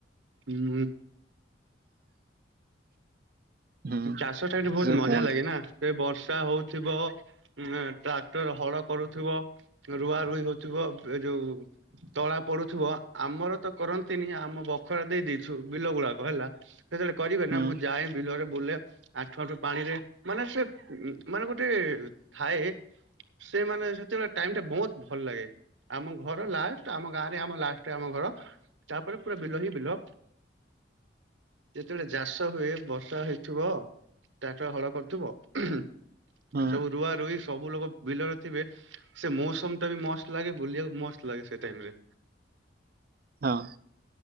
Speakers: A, on the right; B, on the right.
A: ହୁଁ।
B: ହୁଁ
A: ଚାଷ ଟାଇମ୍ ରେ ବହୁତ୍
B: ସେ
A: ମଜା
B: କୁହନ୍ତି
A: ଲାଗେ ନା ସେ ବର୍ଷା ହଉଥିବ ଉଁ ଟ୍ରାକ୍ଟର ହଳ କରୁଥିବ ରୁଆ ରୁଇ ହଉଥିବ ଏ ଯୋଉ ତଳା ପଡୁଥିବ ଆମର ତ କରନ୍ତିନି ଆମ ବଖରା ଦେଇ ଦେଇଛୁ ବିଲ ଗୁଡାକ ହେଲା ଯେତେବେଳେ କରିବେ
B: ହୁଁ
A: ନା ମୁଁ ଯଏ ବିଲରେ ବୁଲେ ଆଠୁ ଆଣ୍ଠୁଏ ପାଣିରେ ମାନେ ସେ ମାନେ ଗୋଟେ ଥାଏ ସେ ମାନେ ସେତେବେଳେ ଟାଇମ୍ ଟା ବହୁତ୍ ଭଲ୍ ଲାଗେ। ଆମ ଘର ଲା୍ଷ୍ଟ ଆମ ଗାଁରେ ଆମ ଲାଷ୍ଟରେ ଆମ ଘର। ତାପରେ ପୁରା ବିଲ ହିଁ ବିଲ, ଯେତେଳେ ଜାଷ ହୁଏ ବର୍ଷା ହେଇ ଥୁବ ଟ୍ରାକଟର ହଳ କରୁଥୁବ ଉଁହୁଁ
B: ହୁଁ
A: ସବୁ ରୁଆ ରୁଇ ସବୁ ଲୋକ ବିଲରେ ଥିବେ, ସେ ମୌସମଟା ବି ମସ୍ତ୍ ଲାଗେ ବୁଲିଆକୁ ମସ୍ତ୍ ଲାଗେ ସେ ଟାଇମ୍ ରେ।
B: ହଁ।